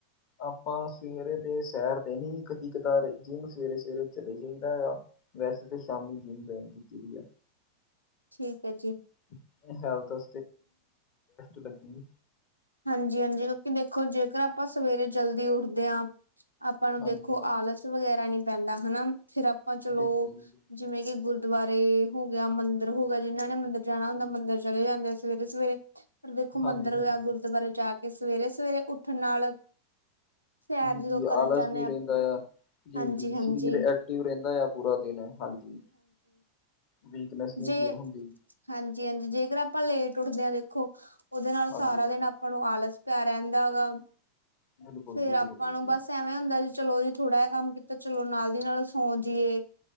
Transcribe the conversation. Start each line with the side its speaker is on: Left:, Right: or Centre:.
Left: ਆਪਾਂ ਸਵੇਰੇ ਤੇ ਸੈਰ ਤੇ ਨੀ ਕਦੀ ਕਦਾਰ, ਜਿਮ ਸਵੇਰੇ-ਸਵੇਰੇ ਚਲੇ ਜਾਂਈਦਾ ਆ। ਵੈਸੇ ਤਾਂ ਸ਼ਾਮੀ ਜਿਮ ਜੌਇਨ ਕੀਤੀ ਦੀ ਆ।
Right: ਠੀਕ ਐ ਜੀ।
Left: <unintelligible> ਬੈਸਟ ਲੱਗੀ,
Right: ਹਾਂਜੀ-ਹਾਂਜੀ, ਕਿਉਂਕਿ ਦੇਖੋ ਜੇਕਰ ਆਪਾਂ ਸਵੇਰੇ ਜਲਦੀ ਉੱਠਦੇ ਆ। ਆਪਾਂ ਨੂੰ
Left: ਹਾਂਜੀ
Right: ਦੇਖੋ
Left: ਹਾਂਜੀ
Right: ਆਲਸ ਵਗੈਰਾ ਨੀ ਪੈਂਦਾ ਹੈਣਾ ਫਿਰ ਆਪਾਂ ਚਲੋ,
Left: ਬਿਲਕੁਲ ਜੀ,
Right: ਜਿਵੇਂ ਕਿ ਗੁਰਦੁਆਰੇ ਹੋ ਗਿਆ, ਮੰਦਿਰ ਹੋ ਗਿਆ ਜਿਨਾਂ ਨੇ ਮੰਦਿਰ ਜਾਣਾ ਹੁੰਦਾ ਮੰਦਿਰ ਚਲੇ ਜਾਂਦੇ ਆ ਸਵੇਰੇ ਸਵੇਰੇ। ਪਰ ਦੇਖੋ ਮੰਦਰਿ
Left: ਹਾਂਜੀ-ਹਾਂਜੀ,
Right: ਜਾ ਗੁਰਦੁਆਰੇ ਜਾ ਕੇ ਸਵੇਰੇ ਸਵੇਰੇ ਉੱਠਣ ਨਾਲ, ਸੈਰ
Left: ਜੀ
Right: ਜਦੋਂ
Left: ਜੀ,
Right: ਕਰਨ
Left: ਆਲਸ
Right: ਜਾਂਦੇ
Left: ਨਹੀਂ
Right: ਹਾਂ
Left: ਰਹਿੰਦਾ ਆ। ਜੀ
Right: ਹਾਂਜੀ
Left: ਜੀ,
Right: ਹਾਂਜੀ
Left: ਸ਼ਰੀਰ ਐਕਟਿਵ ਰਹਿੰਦਾ ਆ ਪੂਰਾ ਦਿਨ ਹਾਂਜੀ। ਵੀਕਨੈਸ ਨੀ
Right: ਜੇ
Left: ਫੀਲ ਹੁੰਦੀ।
Right: ਹਾਂਜੀ ਹਾਂਜੀ, ਜੇਕਰ ਆਪਾਂ ਲੇਟ ਉੱਠਦੇ ਆਂ ਦੇਖੋ ਉਹਦੇ ਨਾਲ
Left: ਹਾਂਜੀ,
Right: ਸਾਰਾ ਦਿਨ ਆਪਾਂ ਆਪਾਂ ਨੂੰ ਆਲਸ ਜਾ ਰਹਿੰਦਾ ਵਾ
Left: ਬਿਲਕੁਲ
Right: ਫੇਰ
Left: ਜੀ ਬਿਲਕੁਲ
Right: ਆਪਾਂ ਨੂੰ
Left: ਜੀ,
Right: ਬਸ ਐਵੇਂ ਵੇਂ ਹੁੰਦਾ ਜੀ ਚਲੋ ਜੀ ਥੋੜ੍ਹਾ ਜਾ ਕੰਮ ਕੀਤਾ ਚਲੋ ਨਾਲ ਦੀ ਨਾਲ ਸੌਂ ਜਿਏ।